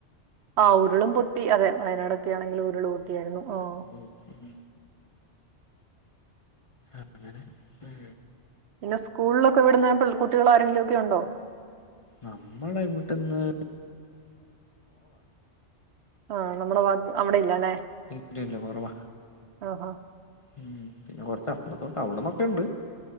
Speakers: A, on the right; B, on the left.
A: ആഹ് ഉരുളും പൊട്ടി അതെ വയനാടൊക്കെ ആണെങ്കില് ഉരുള് പൊട്ടിയായിരുന്നു ആഹ്
B: ഉം ഹാ അങ്ങനെ ഉം
A: പിന്നെ സ്കൂളിലൊക്കെ വിടുന്ന കുട്ടികള് ആരെങ്കിലും ഒക്കെയുണ്ടോ?
B: നമ്മളെ വീട്ട്ന്ന്
A: ആഹ് നമ്മടെ വാത്ത് അവിടെയില്ലല്ലെ?
B: ഇല്ലില്ല കൊറവ
A: ആഹ് ആഹ്
B: ഉം പിന്നെ കൊറച്ച് അപ്പുറത്തോട്ട് അവിടന്നൊക്കെ ഉണ്ട്